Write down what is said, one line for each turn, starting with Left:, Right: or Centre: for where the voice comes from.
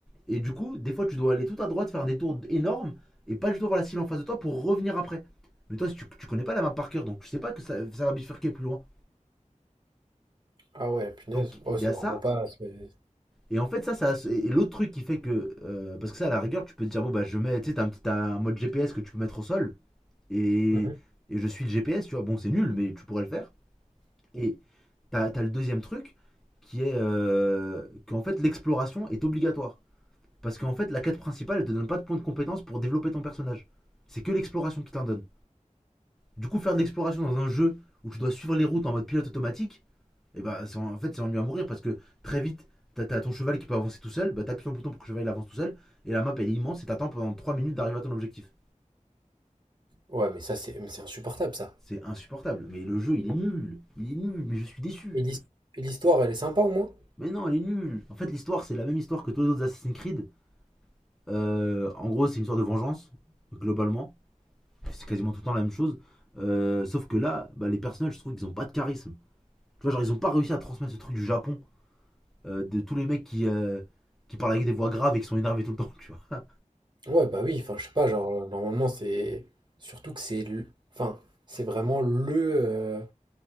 Centre: Et du coup, des fois, tu dois aller tout à droite, faire un détour énorme et pas juste voir la cible en face de toi pour revenir après. Mais toi, si tu, tu connais pas la map par cœur, donc tu sais pas que ça, ça va bifurquer plus loin.
Right: Ah ouais, punaise.
Centre: Donc,
Right: Oh,
Centre: il
Right: c'est
Centre: y a
Right: vraiment
Centre: ça.
Right: pas... c'est-
Centre: Et en fait, ça, ça et l'autre truc qui fait que. euh, parce que ça, à la rigueur, tu peux te dire, bon, bah, je mets. Tu sais, t'as un, t'as un mode GPS que tu peux mettre au sol. Et,
Right: Mhm.
Centre: et je suis le GPS, tu vois. Bon, c'est nul, mais tu pourrais le faire. Et t'as t'as le deuxième truc qui est euh, qu'en fait, l'exploration est obligatoire. Parce qu'en fait, la quête principale, elle te donne pas de points de compétence pour développer ton personnage. C'est que l'exploration qui t'en donne. Du coup, faire de l'exploration dans un jeu où tu dois suivre les routes en mode pilote automatique, et bah c'est en, en fait c'est ennuyeux à mourir parce que très vite t'as ton cheval qui peut avancer tout seul, bah t'appuies sur le bouton pour que le cheval il avance tout seul, et la map elle est immense et t'attends pendant 3 minutes d'arriver à ton objectif.
Right: Ouais, mais ça, c'est mais c'est insupportable, ça.
Centre: C'est insupportable, mais le jeu il est nul, il est nul, mais je suis déçu.
Right: Et l'his- et l'histoire, elle est sympa au moins?
Centre: Mais non, elle est nulle. En fait, l'histoire, c'est la même histoire que tous les autres Assassin's Creed. Euh, en gros, c'est une histoire de vengeance, globalement. C'est quasiment tout le temps la même chose. Euh, sauf que là, bah, les personnages, je trouve qu'ils ont pas de charisme. Tu vois, genre, ils ont pas réussi à transmettre ce truc du Japon, euh, de tous les mecs qui, euh, qui parlent avec des voix graves et qui sont énervés tout le temps, tu vois.
Right: Ouais, bah oui, enfin, je sais pas, genre, euh, normalement, c'est. Surtout que c'est. le- Enfin, c'est vraiment le. euh,